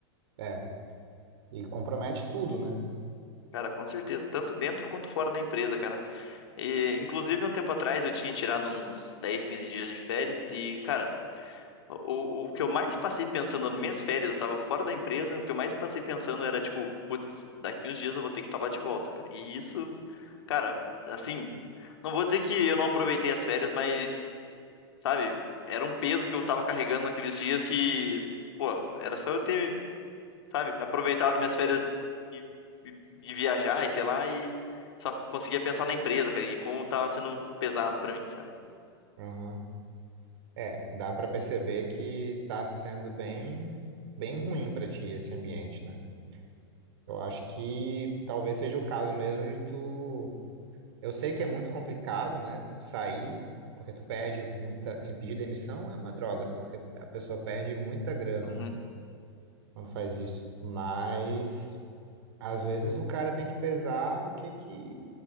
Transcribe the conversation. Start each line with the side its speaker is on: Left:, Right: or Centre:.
Right: é. E compromete tudo, né?
Left: Cara, com certeza, tanto dentro quanto fora da empresa, cara. E, inclusive, um tempo atrás eu tinha tirado uns 10, 15 dias de férias e, cara, o, o que eu mais passei pensando nas minhas férias, eu tava fora da empresa, o que eu mais passei pensando era, tipo, putz, daqui uns dias eu vou ter que estar lá de volta, cara. E isso, cara, assim, não vou dizer que eu não aproveitei as férias, mas, sabe, era um peso que eu tava carregando naqueles dias que, pô, era só eu ter sabe? Aproveitar minhas férias e, e- e viajar e sei lá, e só conseguia pensar na empresa, cara, e como tava sendo pesado pra mim, sabe?
Right: Aham. É, dá pra perceber que tá sendo bem, bem ruim pra ti esse ambiente, né? Eu acho que talvez seja o caso mesmo de tu. Eu sei que é muito complicado, né? Sair, porque tu perde muita. Assim, pedir demissão é uma droga, né? Porque a pessoa perde muita grana,
Left: Uhum,
Right: né? Quando faz isso. Mas Às vezes o cara tem que pesar o que que,